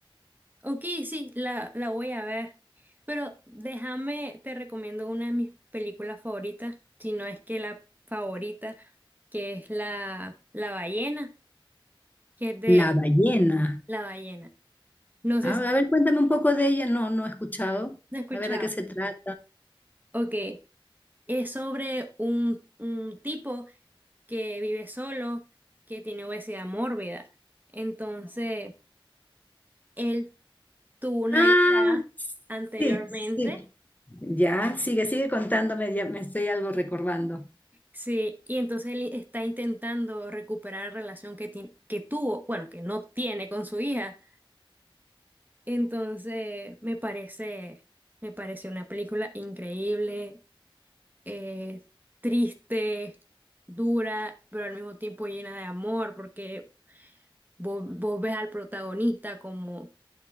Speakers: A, on the right; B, on the left.
A: Ok, sí, la, la voy a ver. Pero déjame, te recomiendo una de mis películas favoritas, si no es que la favorita, que es la, la ballena, que es de
B: La ballena.
A: la ballena. No sé
B: A
A: si...
B: ver, a ver, cuéntame un poco de ella. No, no he escuchado.
A: No escuchaba.
B: A ver de qué se trata.
A: Ok. Es sobre un, un tipo que vive solo, que tiene obesidad mórbida. Entonces, él tuvo una
B: Ah,
A: hija anteriormente,
B: sí, sí. Ya, sigue, sigue contándome, ya me estoy algo recordando.
A: sí, y entonces él está intentando recuperar la relación que, ti- que tuvo, bueno, que no tiene con su hija. Entonces, me parece, me parece una película increíble. eh, triste, dura, pero al mismo tiempo llena de amor, porque vos, vos ves al protagonista como